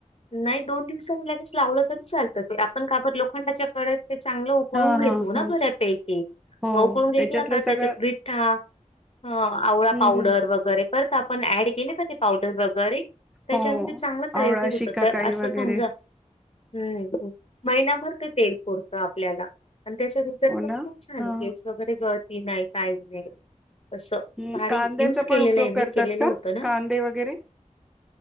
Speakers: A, on the left; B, in the centre.
A: नाही दोन दिवस लगेच लावलं तरी चालतं ते आपण काबत लोखंडाच्या कळ चांगलं उकळून
B: हा
A: घेतो
B: हा
A: ना
B: हा
A: परत एक एक
B: हो
A: मग उकळून घेतल
B: त्याच्यातलं
A: का
B: सगळं
A: रिठा, ह आवळा
B: हम्म
A: पावडर
B: हम्म
A: वगैरे परत आपण ऍड केले का ते पावडर वगैरे त्याच्याने
B: हो
A: ते चांगलं तया
B: आवळा
A: होत
B: शिकाकाई
A: तर असं
B: वगैरे
A: समजा हम् महिनाभर काय तेल पुरतं आपल्याला आणि त्याचा रिझल्ट
B: हो ना
A: पण खूप छान आहे
B: हा
A: केस वगैरे गळती नाही काय नाही. तं
B: हम्म,
A: भारी
B: कांद्याचा
A: युज केलेलं
B: पण उपयोग
A: आहे मी
B: करतात
A: केलेलं
B: का
A: होतं ना
B: कांदे वगैरे